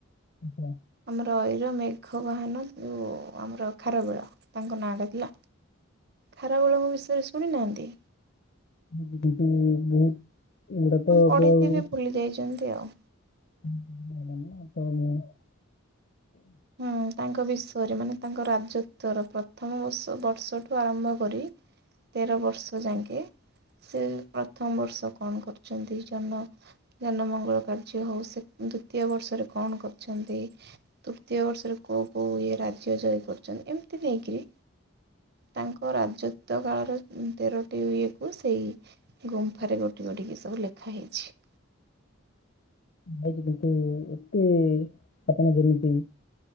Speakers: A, on the left; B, on the right.
A: ଆଛା
B: ଆମର ଅଇର ମେଘ ବାହାନ ଯୋଉ ଆମର ଖାରବେଳ ତାଙ୍କ ନାଁଟା। ହେଲା ଖାରବେଳଙ୍କ ବିଷୟରେ ଶୁଣି ନାହାନ୍ତି?
A: କିନ୍ତୁ ବହୁତ ଏଗୁଟା
B: ହଁ
A: ତ ଏବେ
B: ପଢିଥିବେ
A: ଆଉ।
B: ଭୁଲି ଯାଇଛନ୍ତି ଆଉ।
A: <unintelligible>
B: ହଁ ତାଙ୍କ ବିଷୟରେ ମାନେ ତାଙ୍କ ରାଜତ୍ଵର ପ୍ରଥମ ବର୍ଷ ବର୍ଷଠୁ ଆରମ୍ଭ କରି
A: <inaudible>
B: ତେର ବର୍ଷ ଯାଙ୍କେ ସେ ପ୍ରଥମ ବର୍ଷ କଣ କରୁଚନ୍ତି ଜନ ଜନ ମଙ୍ଗଳ କାର୍ଯ୍ୟ ହୋଉ ସେ ଦ୍ଵିତୀୟ ବର୍ଷରେ କଣ କରଛନ୍ତି। ଦ୍ୱିତୀୟ ବର୍ଷରେ କୋଉ କୋଉ ଇଏ ରାଜ୍ୟ ଜୟ କରୁଚନ୍ତି ଏମିତି ନେଇକିରି ତାଙ୍କ ରାଜତ୍ୱ କାଳର ଉଁ ତେରଟି ଇଏକୁ ସେଇ ଗୁମ୍ଫାରେ ଗୋଟି ଗୋଟିକି ସବୁ ଲେଖା ହେଇଛି।
A: ଖାଇଚି <unintelligible> କିନ୍ତୁ ଏତେ ଆପଣ ଯେମିତି